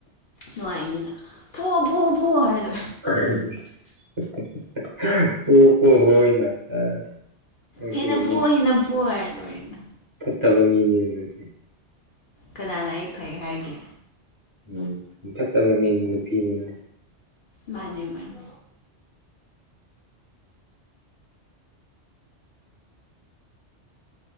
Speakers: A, on the left; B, on the right.
A: ꯅꯨꯡꯉꯥꯏꯅꯤꯅ ꯐꯨ ꯐꯨ ꯐꯨ ꯍꯥꯏꯔ ꯂꯣꯏꯔꯦ
B: <unintelligible>
A: ꯍꯦꯟꯅ
B: ꯃꯤ
A: ꯐꯨꯑꯣ ꯍꯦꯟꯅ ꯐꯨꯑꯣ ꯍꯥꯏꯔ ꯂꯣꯏꯔꯦꯅ
B: ꯐꯠꯇꯕ ꯃꯤꯅꯤꯅꯦ ꯅꯪꯁꯦ
A: ꯀꯅꯥꯅ ꯑꯩ ꯐꯩ ꯍꯥꯏꯒꯦ
B: ꯎꯝ ꯃꯤꯐꯠꯇꯕ ꯃꯤꯅꯤ ꯅꯨꯄꯤꯅꯤ ꯅꯪ
A: ꯃꯥꯅꯦ ꯃꯥꯅꯦ